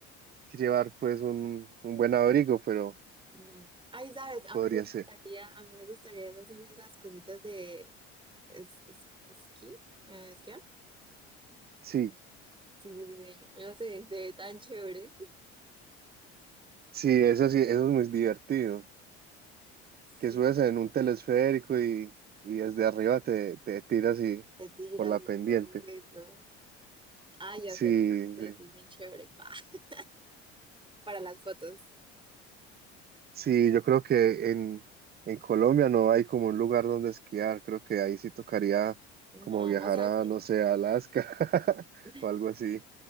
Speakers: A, on the right; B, on the right.
A: llevar pues un, un buen abrigo, pero
B: Mm, Ay, sabes, a
A: podría
B: mí me gustaría,
A: ser.
B: a mí me gustaría hacer esas cositas de es- es- esquí, eh, esquiar.
A: Sí,
B: Sí, sí, sí, sí, no sé, se ve tan chévere.
A: sí, eso sí, eso es muy divertido,
B: Sí,
A: que subes en un telesférico y, y desde arriba te, te tiras y
B: de tiras
A: por la
B: y
A: pendiente.
B: todo eso. Ay,
A: Sí,
B: hacer un plan
A: sí,
B: así bien chévere. <laughs> Para las fotos.
A: sí, yo creo que en, en Colombia no hay como un lugar donde esquiar, creo que ahí sí tocaría
B: No,
A: como viajar
B: o sea,
A: a,
B: sí.
A: no sé, a Alaska <laughs>
B: <laughs>
A: o algo así.